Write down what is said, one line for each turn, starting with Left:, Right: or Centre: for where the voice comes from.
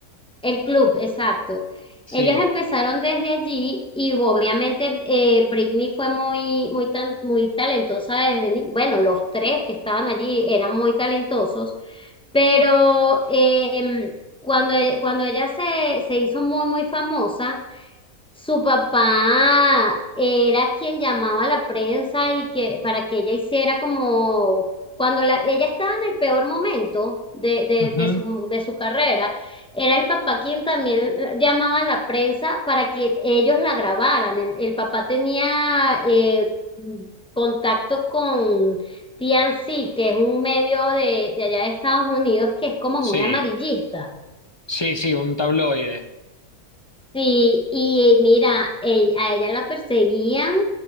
Centre: el club, exacto.
Left: Sí.
Centre: Ellos empezaron desde allí y obviamente eh, Britney fue muy, muy, tan- muy talentosa desde, ni- bueno, los tres que estaban allí eran muy talentosos, pero eh, cuando, e- cuando ella se, se hizo muy, muy famosa, su papá era quien llamaba a la prensa y que para que ella hiciera como cuando la- ella estaba en el peor momento de, de,
Left: Ujú.
Centre: de su, de su carrera, era el papá quien también la- llamaba a la prensa para que ellos la grabaran. El, el papá tenía eh, contacto con TNC, que es un medio de, de allá de Estados Unidos que es como
Left: Sí,
Centre: muy amarillista.
Left: sí, sí, un tabloide.
Centre: Sí, y mira, eh, a ella la perseguían,